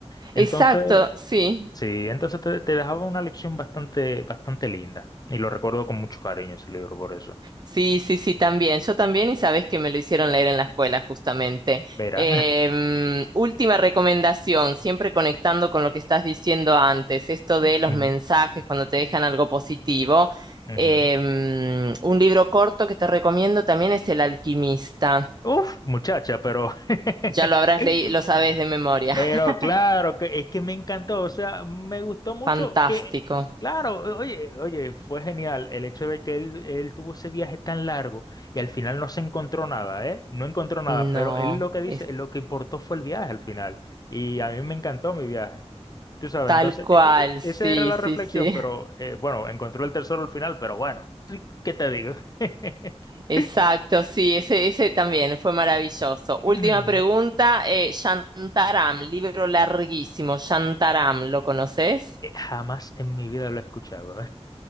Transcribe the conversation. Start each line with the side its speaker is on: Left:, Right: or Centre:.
Left: Entonces,
Right: Exacto, sí.
Left: sí, entonces te, te dejaba una lección bastante, bastante linda. Y lo recuerdo con mucho cariño ese libro por eso.
Right: Sí, sí, sí, también. Yo también, y sabes que me lo hicieron leer en la escuela, justamente.
Left: Verá.
Right: Em,
Left: <laughs>
Right: última recomendación, siempre conectando con lo que estás diciendo antes, esto de
Left: Ujú,
Right: los mensajes cuando te dejan algo positivo.
Left: ujú.
Right: Em, un libro corto que te recomiendo también es El Alquimista.
Left: Uf, muchacha, pero <laughs>
Right: Ya lo habrás
Left: <laughs>
Right: leído, lo sabes de memoria.
Left: Pero
Right: <laughs>
Left: claro, que es que me encantó, o sea, me gustó mucho
Right: Fantástico.
Left: que, claro, o- oye, oye, fue genial el hecho de que él, él tuvo ese viaje tan largo y al final no se encontró nada, ¿eh? No encontró nada,
Right: No,
Left: pero él lo que dice,
Right: es
Left: lo que importó fue el viaje al final y a mí me encantó mi viaje. Tú sabes,
Right: tal
Left: entonces,
Right: cual.
Left: e-
Right: Sí,
Left: e- esa era la
Right: sí,
Left: reflexión,
Right: sí.
Left: pero eh, bueno, encontró el tesoro al final, pero bueno, <laughs> ¿qué te digo? <laughs>
Right: Exacto, sí, ese, ese también fue maravilloso. Última
Left: Mm,
Right: pregunta, eh, Shantaram, libro larguísimo, Shantaram, ¿lo conoces?
Left: eh, Jamás en mi vida lo he escuchado, ¿eh?